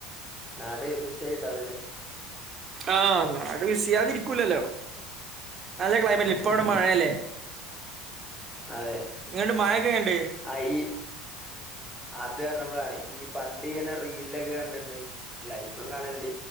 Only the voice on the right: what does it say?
ആഹ് നാട് മിസ്സായാതിരിക്കൂല്ലലോ നല്ല ക്ലൈമറ്റ്
ഇപ്പ
അവിടെ
മഴയല്ലേ
ഇങ്ങണ്ട് മായക്കെ എങ്ങണ്ട്